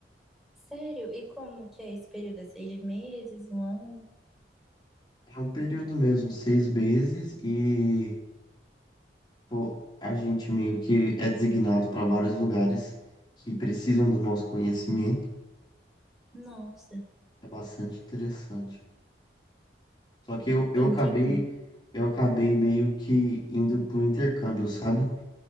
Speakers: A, in the centre; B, on the left.
A: Sério? E como que é esse período? É seis meses, um ano?
B: É um período mesmo, seis meses e Pô, a gente meio que é designado para vários lugares que precisam do nosso conhecimento.
A: Nossa,
B: É bastante interessante. Só que eu, eu
A: entendi.
B: acabei, eu acabei meio que indo pro intercâmbio, sabe?